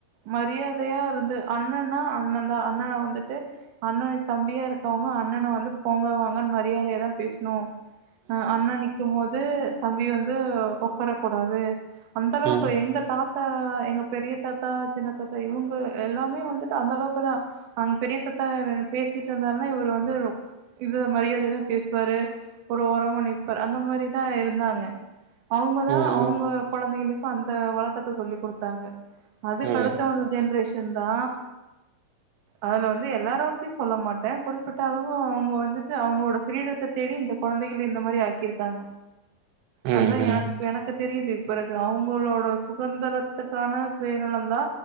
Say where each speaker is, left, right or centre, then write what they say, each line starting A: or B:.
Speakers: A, on the right; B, on the right.
A: மரியாதையா இருந்து அண்ணன்னா அண்ணன் தா அண்ணன வந்துட்டு அண்ணனுக்கு தம்பியா இருக்கோ அண்ணன வந்து போங்க வாங்க மரியாதையா தா பேசணு அ அண்ணன் நிக்கும் போது தம்பி வந்து ஒக்கரக்கூடாது அந்த அளவுக்கு
B: அ
A: எங்க தாத்தா எங்க பெரிய தாத்தா சின்ன தாத்தா இவுங்க எல்லாமே வந்துட்டு அந்த அளவுக்கு தா அங் பெரியதாத்தா பேசிட்டு இருந்தாருன்னா இவுரு வந்து இது மரியாதையா தா பேசுவாரு ஒரு ஒரமா நிப்பார் அந்த மாரிதா இருந்தாங்க அவுங்க தா
B: ம் ம்
A: அவுங்க கொழந்தைகளுக்கு அந்த வழக்கத்த சொல்லி் குடுத்தாங்க அதுக்கு
B: ம்
A: அடுத்த வந்த ஜென்ரேஷ் ஷன்தா அதுல வந்து எல்லாரு பத்தியு சொல்ல மாட் ட குறிப்பிட்ட அளவு அவுங்க வந்துட்டு அவுங்களோட ஃபிரீடத்த தேடி இந்த கொழந்தைகள் இந்த மாரி ஆக்கிருக்காங்க
B: ம்
A: அதா
B: ம்
A: எனக் எனக்கு தெரியுது பிறகு அவுங்களோட சுகந்திரத்துக்கான சுயநலந்தா